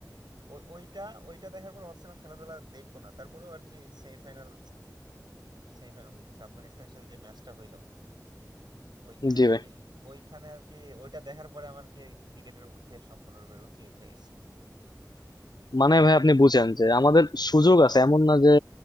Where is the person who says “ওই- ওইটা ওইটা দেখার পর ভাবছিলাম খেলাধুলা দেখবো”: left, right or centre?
Right